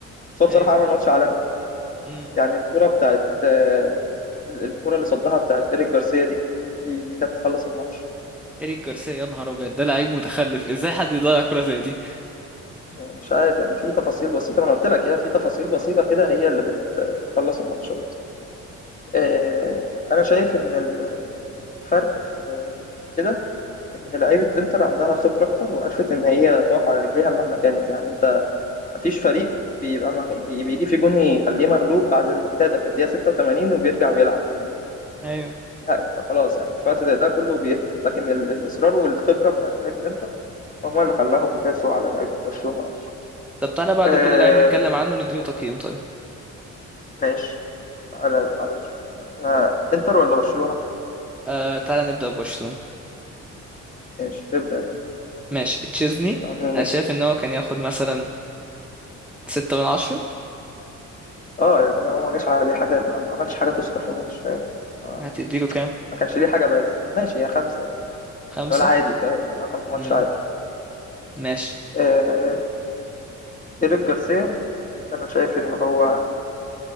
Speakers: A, on the left; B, in the centre.
A: بس هو بصراحة
B: ايوه
A: عمل
B: ايوه
A: ماتش عالمي
B: امم
A: يعني الكرة بتاعت آه، الكرة اللي صدها بتاعت إيريك جارسيا دي دي دي كانت تخلص الماتش
B: إيريك جارسيا يا نهار أبيض ده لعيب متخلف ازاي حد يضيع كرة زي دي
A: مش عارف يعني في تفاصيل بسيطة ما أنا قلت لك يا في تفاصيل بسيطة كده هي اللي بت بتخلص الماتشات آه، أنا شايف إن ال- الفرق في كده إن لعيبة إنتر عندها خبرة أكتر وعرفت إن هي تقف على رجليها مهما كانت يعني أنت مفيش فريق بيبقى مغ... بي- بيجي في جون يخليه مغلوب بعد ريمونتادا في الدقيقة 86 وبيرجع ويلعب فاهمني
B: ايوه
A: لا انت خلاص يعني في وقت زي ده كله بيهبط لكن ال... الإصرار والخبرة بتاعت لعيبة انتر هم اللي خلاهم يداسوا على لعيبة برشلونة
B: طب تعالى بعد
A: آه...
B: كل لعيب نتكلم عنه نديله تقييم طيب
A: ماشي تعالى تعالى نشوف احنا انتر ولا برشلونة
B: آه تعالى نبدأ ببرشلونة
A: ماشي ابدأ انت
B: ماشي تشيزني
A: يعني
B: أنا شايف إن هو كان ياخد مثلا ستة من عشرة
A: اه يعني هو ما جاش عليه حاجة ما ما عملش حاجة تذكر في الماتش فاهم آه،
B: هتديله كام؟
A: ما كانش ليه حاجة بارزة ماشي يا خمسة مثلا
B: خمسة
A: اللي هو العادي فاهم يعني هو كان في ماتش
B: امم
A: عادي
B: ماشي
A: آه... إيريك جارسيا أنا شايف إن هو